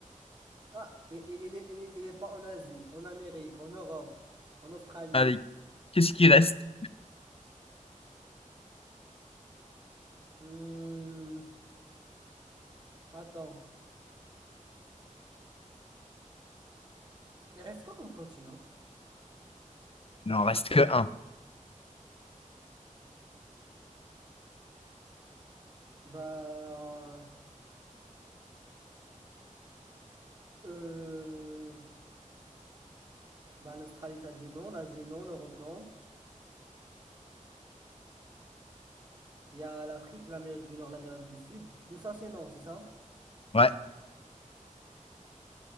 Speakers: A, on the right (about 35°); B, on the left (about 45°).
A: Ah, et, et- il est, il est- il est pas en Asie, en Amérique, en Europe, en Australie.
B: Allez, qu'est-ce qui reste?
A: Hmm, attends. Il reste quoi comme continent?
B: Non, il reste que un.
A: Bah, euh, bah l'Australie, t'as dit non, l'Asie, non, l'Europe, non. Il y a l'Afrique, l'Amérique du Nord, l'Amérique du Sud. Tout ça, c'est non, c'est ça?
B: Ouais,